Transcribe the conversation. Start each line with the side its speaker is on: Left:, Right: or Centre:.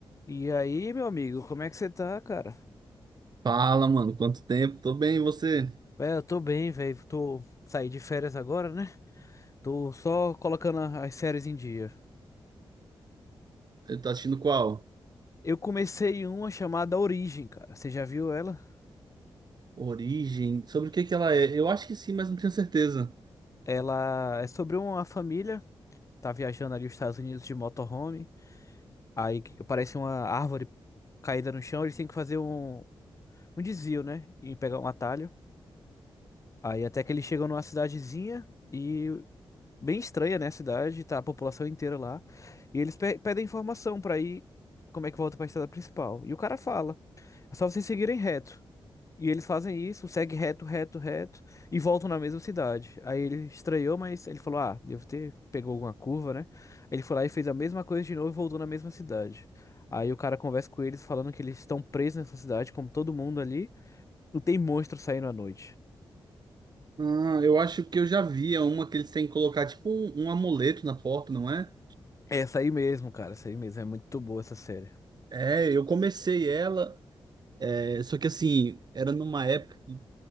Left: E aí, meu amigo, como é que você tá, cara?
Right: Fala, mano, quanto tempo? Tô bem, e você?
Left: Véi, eu tô bem, velho. Tô saí de férias agora, né? Tô só colocando a- as séries em dia.
Right: Ele Tá assistindo qual?
Left: Eu comecei uma chamada Origem, cara. Você já viu ela?
Right: Origem? Sobre o que que ela é? Eu acho que sim, mas não tenho certeza.
Left: Ela é sobre uma família, tá viajando ali os Estados Unidos de motorhome. Aí que aparece uma árvore caída no chão, eles têm que fazer um, um desvio, né? E pegar um atalho. Aí até que eles chegam numa cidadezinha. e bem estranha, né, a cidade, tá a população inteira lá. E eles pe- pedem informação pra ir como é que volta pra estrada principal. E o cara fala, é só vocês seguirem reto. E eles fazem isso, segue reto, reto, reto e voltam na mesma cidade. Aí ele estranhou, mas ele falou: "Ah, devo ter pegou alguma curva, né?" Ele foi lá e fez a mesma coisa de novo e voltou na mesma cidade. Aí o cara conversa com eles falando que eles estão presos nessa cidade, como todo mundo ali, e tem monstro saindo à noite.
Right: Ah, eu acho que eu já vi é uma que eles têm que colocar tipo um, um amuleto na porta, não é?
Left: É essa aí mesmo, cara, essa aí mesmo, é muito boa essa série.
Right: É, eu comecei ela, é, só que assim, era numa época, que,